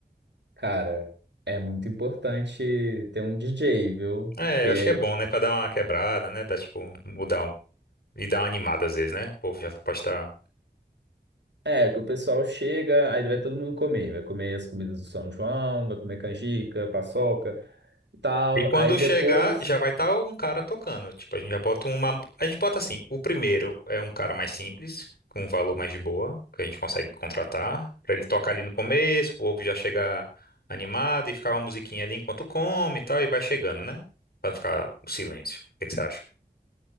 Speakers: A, on the right (about 85°); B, on the left (about 60°).
A: Cara, é muito importante ter um DJ, viu?
B: É,
A: Porque
B: eu acho que é bom, né? Pra dar uma quebrada, né? Dar, tipo, mudar um- e dar uma animada às vezes, né? O povo já pode estar.
A: é que o pessoal chega, aí vai todo mundo comer, vai comer as comidas do São João, vai comer canjica, paçoca e tal.
B: E quando
A: Aí depois
B: chegar, já vai estar um cara tocando. Tipo, a gente já bota uma. A gente bota assim: o primeiro é um cara mais simples, com um valor mais de boa, que a gente consegue contratar, pra ele tocar ali no começo, o povo já chegar animado e ficar uma musiquinha ali enquanto come e tal, e vai chegando, né? Pra não ficar o silêncio. O que que você acha?